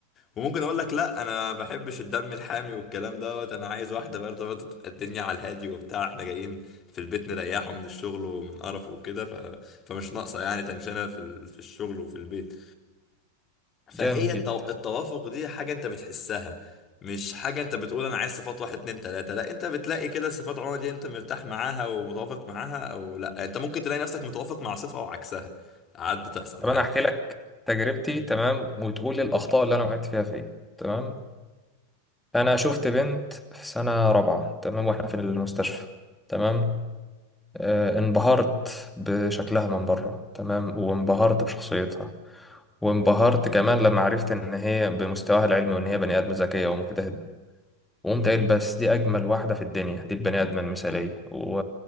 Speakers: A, on the left; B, in the centre.
A: وممكن اقول لك لا انا ما بحبش الدم الحامي والكلام دوت انا عايز واحده برضه برضه تبقى الدنيا على الهادي وبتاع احنا جايين في البيت نريحه من الشغل ومن قرفه وكده ف... فمش ناقصه يعني تنشنه في ال... في الشغل وفي البيت فهي
B: جامد
A: التو...
B: جدا
A: التوافق دي حاجه انت بتحسها مش حاجه انت بتقول انا عايز صفات واحد اتنين تلاته لا انت بتلاقي كده صفات عموما دي انت مرتاح معاها ومتوافق معاها او لا انت ممكن تلاقي نفسك متوافق مع صفه وعكسها عاد بتحصل
B: طب
A: عادي
B: انا احكي لك تجربتي تمام وتقول لي الاخطاء اللي انا وقعت فيها فين تمام انا شفت بنت في سنة رابعة تمام واحنا في المستشفى تمام آه انبهرت بشكلها من بره تمام وانبهرت بشخصيتها وانبهرت كمان لما عرفت ان هي بمستواها العلمي وان هي بني ادم ذكيه ومجتهده وقمت قايل
A: مم.
B: بس دي اجمل واحده في الدنيا دي البني ادم المثاليه و...